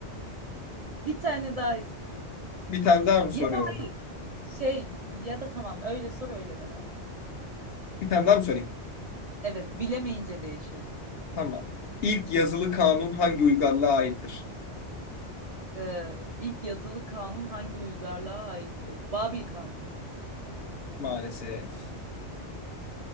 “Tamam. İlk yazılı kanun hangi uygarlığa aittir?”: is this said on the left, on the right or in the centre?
Left